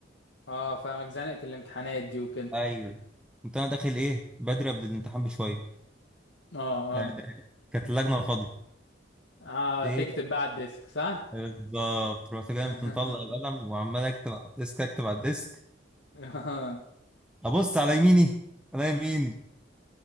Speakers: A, on the left; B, in the centre.
A: اه فاهمك زنقة الامتحانات دي وكده
B: ايوه كنت انا داخل ايه بدري قبل الامتحان بشويه
A: اه اه
B: آه كانت اللجنه فاضيه
A: اه
B: ايه
A: تكتب
B: بقى؟
A: بقى على الديسك صح
B: بالظبط رحت جاي
A: <laughs>
B: مطلع القلم وعمال اكتب على الديسك اكتب على الديسك
A: آه.
B: ابص على يميني على يمين